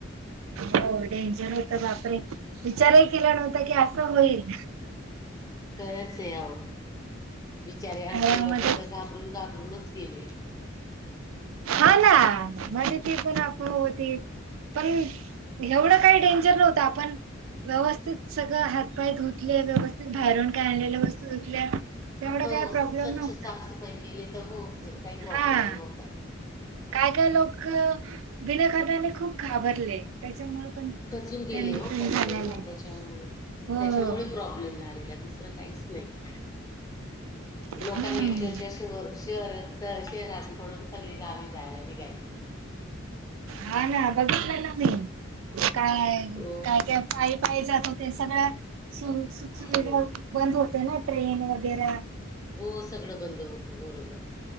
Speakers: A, on the right; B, on the left.
A: हो डेंजर हो तर बापरे बिचारे केल्यानंतर की असं होईल
B: खरच आहे बिचारे
A: कारण
B: अर्धे लोक
A: मध्ये
B: तर घाबरून घाबर रूनच गेले.
A: हा ना मध्ये ती पण आप होती पण एवढं काही डेंजर नव्हतं आपण व्यवस्थित सगळं हातपाय धुतले व्यवस्थित बाहेरून काय आणलेल्या वस्तू धुतल्या तेवढा
B: हो
A: काही प्रॉब्लेम
B: स्वच्छ
A: नव्हता
B: साफसफाई केली तर हो काही प्रॉब्लेम
A: हा
B: नो होता.
A: काय काय लोक विना कारणाने खूप घाबरले त्याच्यामुळे पण
B: खचलू गेले
A: त्यांच
B: हो
A: झालेलं
B: काही काही ना
A: आहे
B: त्याच्यामुळे
A: हो
B: त्याच्यामुळे प्रॉब्लेम झालेला दुसऱ्या दुसरं काहीच नाही
A: हम्म
B: लोकांनी <unintelligible> शर शहर शहर सोडून सगळी गावी जायला निघायचे.
A: हा ना बघितल ना मी काय
B: हो.
A: पाय पाय जात ते सगळ्या सु सुख सुुविधा
B: हो
A: बंद होते ना ट्रेन वगैरा
B: हो सगळं बंद होतं बरोबर आहे.